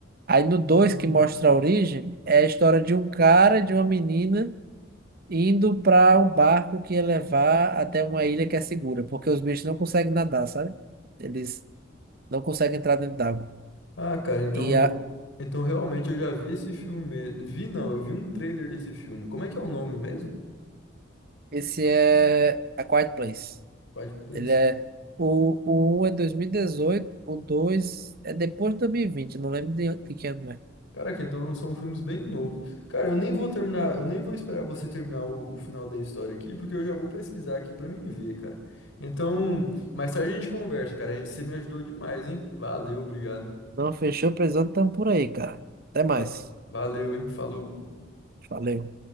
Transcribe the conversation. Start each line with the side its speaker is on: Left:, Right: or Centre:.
Right: Aí no dois
Left: Hum.
Right: que mostra a origem, é a história de um cara, e de uma menina indo para um barco que ia levar até uma ilha que é segura, porque os bichos não conseguem nadar, sabe? Eles não conseguem entrar dentro d'água.
Left: Ah, cara, então,
Right: E a,
Left: então realmente eu já vi esse filme mesmo. Vi não, eu vi um trailer desse filme. Como é que é o nome mesmo?
Right: esse é A Quiet Place.
Left: Quiet Place.
Right: Ele é o, o 1 é 2018, o 2 é depois de 2020, não lembro de, de que ano é.
Left: Caraca, então são filmes bem novos. Cara, eu nem vou terminar, eu nem vou esperar você terminar o, o final da história aqui, porque eu já vou pesquisar aqui pra mim ver, cara. Então, mais tarde a gente conversa, cara. A gente- Você me ajudou demais, hein? Valeu, obrigado.
Right: Não fechou, precisando, estamos por aí, cara. Até mais.
Left: Va- Valeu, hein? Falou.
Right: Valeu.